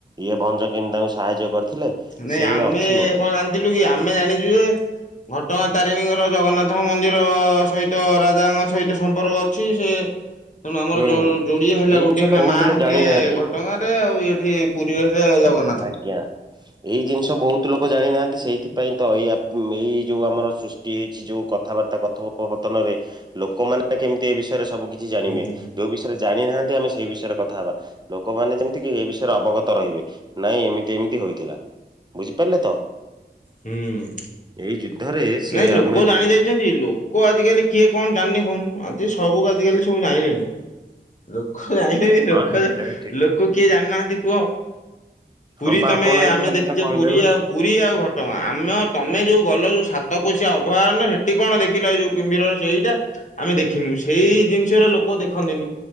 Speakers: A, on the right; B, on the left.
A: ଇଏ ଭଞ୍ଜ କେମିତି ତାଙ୍କୁ ସାହାଯ୍ୟ କରିଥିଲେ
B: ନାଇଁ
A: ସେ
B: ଆମେ
A: ଅଛି ଗୋଟେ
B: କଣ ଜାଣିଥିଲୁ କି ଆମେ ଜାଣିଛୁ ଯେ ଘଟଗାଁ ତାରିଣୀଙ୍କର ଜଗନ୍ନାଥଙ୍କ ମନ୍ଦିର ସହିତ ରାଜାଙ୍କ ସହିତ ସମ୍ପର୍କ ଅ ସେ ତେଣୁ ଆମର
A: ହୁଁ
B: ଯୋଡିଏ ହେଲା
A: ଏଇ
B: ଗୋଟଏ
A: ଜିନିଷ
B: ହେଲା
A: ତ ବହୁତ
B: ମା
A: ଲୋକ
B: ହେଲେ
A: ଜାଣିନାହାନ୍ତି
B: କଟଗାରେ ଆଉ ଏଠି ପୁରୀରେ ହେଲେ ଜଗନ୍
A: ଆଜ୍ଞା ଏଇ ଜିନିଷ ବହୁତ ଲୋକ ଜାଣିନାହାନ୍ତି ସେଇଥିପାଇଁ ତ ଏଇ ଏଇ ଯୋଉ ଆମର ହେଇଛି ଯୋଉ କଥାବାର୍ତ୍ତା କଥୋ ପତନରେ ଲୋକମାନେ କେମିତି ଏ ବିଷୟରେ ସବୁ କିଛି ଜାଣିମେ
B: ହୁଁ ହୁଁ।
A: ଯଉବିଶ ରେ ଜାଣିନାହାନ୍ତି ଆମେ ସେଇ ବିଷୟରେ କଥା ହେବା ଲୋକମାନେ ଯେମିତି କି ଏଇ ବିଷୟରେ ଅବଗତ ରହିବେ ନାଇଁ ଏମିତି ଏମିତି ହୋଇଥିଲା ବୁଝିପାରିଲେ ତ
B: ହୁଁ
A: ଏହି ଯୁଦ୍ଧରେ ସେ
B: ନାଇଁ ଲୋକ
A: ଆମେ
B: ଜାଣି ଯାଇ ଲୋକ ଆଜିକାଲି କିଏ କଣ ଜାଣିନେ କହନ ଆଜି ସବୁ ଆଜିକାଲି ସବୁ ଜାଣିଲେଣି ଲୋକ ଜାଣିଲେନି ଲୋକ
A: ହଁ ହେଟା ବି ଠିକ
B: ଲୋକ
A: କ
B: କିଏ ଜାଣିନାହାନ୍ତି କୁହ ପୁରୀ
A: ହଁ ବା
B: ତମେ
A: ଆପଣ ଏଇ
B: ଆମେ
A: ଖାଲି
B: ଦେଖିଛେ
A: ତ କହିଲେ
B: ପୁରୀ
A: ନା
B: ଆଉ ପୁରୀ ଆଉ ଘଟଗାଁ ଆମ ତମେ ଯେଉଁ ଗଲ ଯେଉଁ ସାତ ସତ କୋସିି ଅଭୟହ ହେଟି କଣ ଦେଖିଲା ଯୋଉ କିମ୍ଭୀର ସେଇଟା ଆମେ ଦେଖିଲୁ ସେଇ ଜିନିଷର ଲ କୋଉ ଦେଖନ୍ତିନି